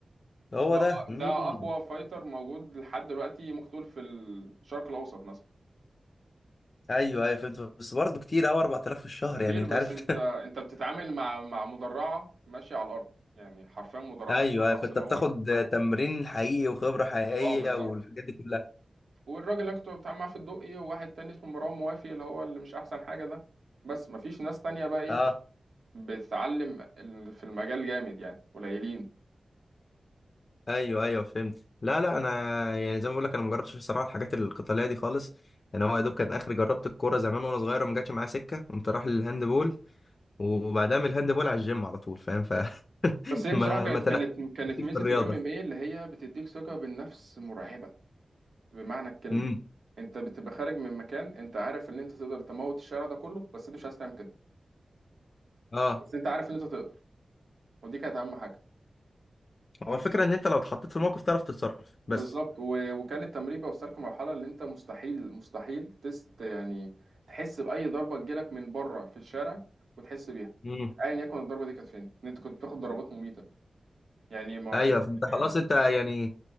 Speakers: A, on the left; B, on the right.
A: هو
B: ده
A: ده مم.
B: ده اقوى فايتر موجود لحد دلوقتي ممكن تقول في الشرق الاوسط مثلا
A: ايوه ايوه فهمت بس برضه كتير قوي 4000 في الشهر
B: كتير
A: يعني انت
B: بس
A: عارف
B: انت انت بتتعامل مع مع مدرعة ماشية على الارض يعني حرفيا
A: <laughs>
B: مدرعة
A: ايوه
B: ماشية على الارض
A: فانت
B: اللي
A: بتاخد
B: هو انت
A: تمرين حقيقي وخبره حقيقيه
B: اه بالظبط
A: والحاجات دي كلها
B: والراجل اللي كنت بتعامل معاه في الدقي وواحد تاني اسمه مروان موافي اللي هو اللي مش احسن حاجة ده بس مفيش ناس تانية بقى ايه
A: اه
B: بتتعلم ال- في المجال جامد يعني قليلين
A: ايوه ايوه فهمت لا لا انا يعني زي ما بقول لك انا ما جربتش بصراحه الحاجات القتاليه دي خالص انا هو يا دوب كان اخر جربت الكوره زمان وانا صغير وما جاتش معايا سكه قمت رايح للهاند بول وبعدها من الهاند بول على الجيم على طول فاهم ف <laughs>
B: بس هي
A: ما
B: بصراحه كانت
A: ما تنقلتش
B: كانت كانت
A: في
B: ميزه
A: الرياضه
B: الام ام اي اللي هي بتديك ثقه بالنفس مرعبه بمعنى الكلمه
A: امم
B: انت بتبقى خارج من مكان انت عارف ان انت تقدر تموت الشارع ده كله بس انت مش عايز تعمل كده
A: اه
B: بس انت عارف ان انت تقدر ودي كانت اهم حاجه
A: هو الفكره ان انت لو اتحطيت في الموقف تعرف تتصرف بس
B: بالظبط و... وكان التمرين بيوصلك لمرحله اللي انت مستحيل مستحيل تست يعني تحس باي ضربه تجيلك من بره في الشارع وتحس بيها
A: امم
B: ايا يكن الضربه دي كانت فين ان انت كنت بتاخد ضربات مميته يعني ما
A: ايوه فانت
B: يعني
A: خلاص انت يعني